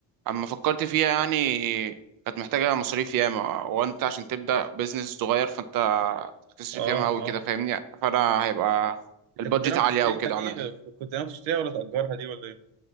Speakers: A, on the right; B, on the right.
A: اما فكرت فيها يعني كانت محتاجة مصاريف ياما وانت عشان تبدأ بيزنس صغير فانت هتصرف
B: اه
A: ياما قوي
B: اه
A: كده فاهمني فانا هيبقى
B: انت
A: البادجت
B: كنت ناوي
A: عالية
B: تشتريها
A: قوي كده
B: دي
A: عليا
B: كنت ناوي تشتريها ولا تأجرها دي ولا ايه